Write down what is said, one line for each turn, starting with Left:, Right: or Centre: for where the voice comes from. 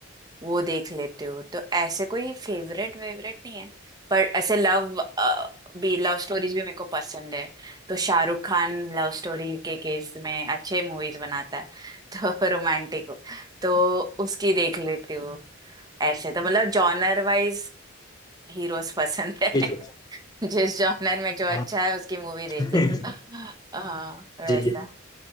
Right: वो देख लेती हूँ तो ऐसे कोई फेवरेट वेवरेट नहीं है पर ऐसे लव भी लव स्टोरीज भी मेरे को पसंद है तो शाहरुख खान लव स्टोरी के केस में अच्छे मूवीज बनाता है तो <laughs> रोमांटिक हो तो उसकी देख लेती हूँ ऐसे तो मतलब जॉनर वाइज हीरोज पसंद है
Left: जी जी
Right: <laughs> जिस जॉनर में जो अच्छा
Left: हाँ।
Right: है उसकी मूवी देख
Left: <laughs>
Right: लो <laughs> हाँ वैसा
Left: जी जी